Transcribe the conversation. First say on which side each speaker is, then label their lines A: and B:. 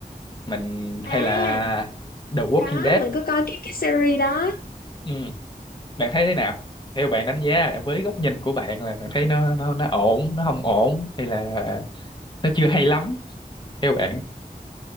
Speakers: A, on the left; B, on the left.
A: mình
B: à
A: hay là The Walking
B: có
A: Dead
B: mình có coi cái cái series đó
A: ừ. bạn thấy thế nào theo bạn đánh giá với góc nhìn của bạn là bạn thấy nó nó nó ổn nó không ổn hay là nó chưa hay lắm theo bạn